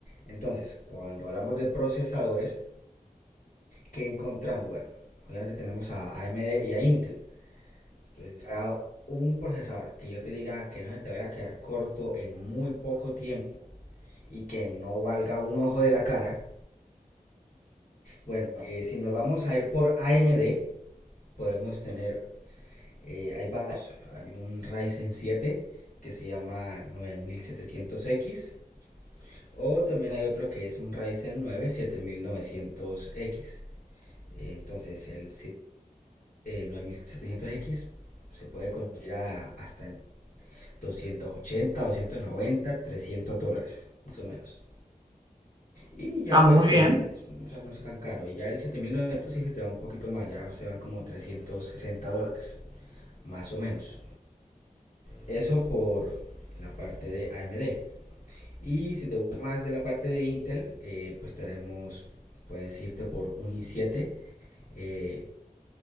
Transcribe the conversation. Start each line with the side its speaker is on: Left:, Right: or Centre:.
Left: Entonces, cuando hablamos de procesadores, ¿qué encontramos? Bueno, obviamente tenemos a AMD y a Intel. Entonces, para un procesador que yo te diga que no se te vaya a quedar corto en muy poco tiempo y que no valga un ojo de la cara, bueno, eh, si nos vamos a ir por AMD, podemos tener, eh, hay varios, hay un Ryzen 7 que se llama nueve mil setecientos x o también hay otro que es un Ryzen nueve siete mil novecientos x entonces el nueve mil setecientos x se puede conseguir a- hasta en 280, doscientos noventa 300 dólares, más o menos. Y ya
Right: Ah, muy
Left: pues, eh,
Right: bien.
Left: o sea, no es tan caro. Y ya el 7900 sí se te va un poquito más, ya se van como 360 dólares, más o menos. Eso por la parte de AMD. Y si te gusta más de la parte de Intel, eh, pues tenemos, puedes irte por un i7 eh,